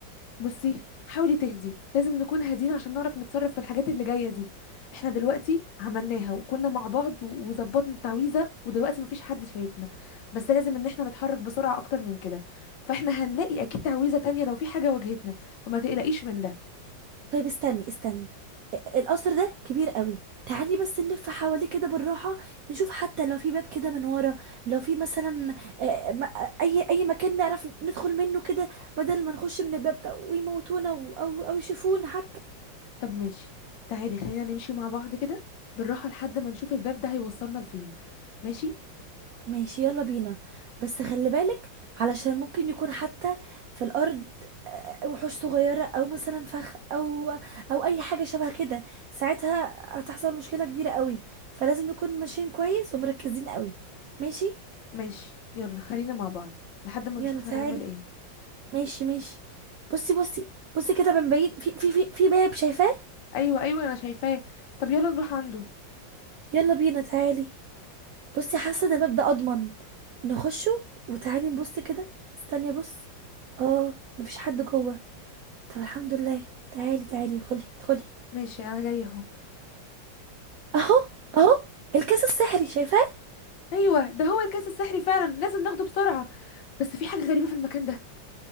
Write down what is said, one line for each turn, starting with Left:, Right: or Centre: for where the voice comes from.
Left: بصي حاولي تهدي لازم نكون هادين عشان نعرف نتصرف في الحاجات اللي جايه دي احنا دلوقتي عملناها وكنا مع بعض و- وظبطنا التعويذه ودلوقتي مفيش حد شايفنا بس لازم ان احنا نتحرك بسرعه اكتر من كده فاحنا هنلاقي اكيد تعويذه تانية لو في حاجه واجهتنا فما تقلقيش من ده
Right: طيب استني استني القصر ده كبير قوي تعالي بس نلف حواليه كده بالراحة نشوف حتى لو في باب كده من ورا لو في مثلا آه، م- اي اي مكان نعرف ندخل منه كده بدل ما نخش من الباب ده ويموتونا و- او او يشوفونا حتى
Left: طب ماشي تعالي خلينا نمشي مع بعض كده بالراحة لحد ما نشوف الباب ده هيوصلنا لفين ماشي
Right: ماشي يلا بينا بس خلي بالك علشان ممكن يكون حتى في الارض وحوش صغيرة او مثلا فخ او او اي حاجة شبه كده ساعتها هتحصل مشكلة كبيرة قوي فلازم نكون ماشيين كويس ومركزين قوي ماشي
Left: ماشي يلا خلينا مع بعض لحد ما
Right: يلا
Left: نشوف
Right: تعالي
Left: هنعمل ايه
Right: ماشي ماشي بصي بصي بصي كده من بعيد في في في في باب شايفاه
Left: ايوه ايوه انا شايفاه طب يلا نروح عنده
Right: يلا بينا تعالي بصي حاسه ان الباب ده اضمن نخشه وتعالي نبص كده استني بص اه مفيش حد جوه طب الحمد لله تعالي تعالي خلي ادخلي
Left: ماشي انا جاية اهو
Right: اهو اهو الكاس السحري شايفاه
Left: ايوه ده هو الكاس السحري فعلا لازم ناخده بسرعة بس في حاجة غريبة في المكان ده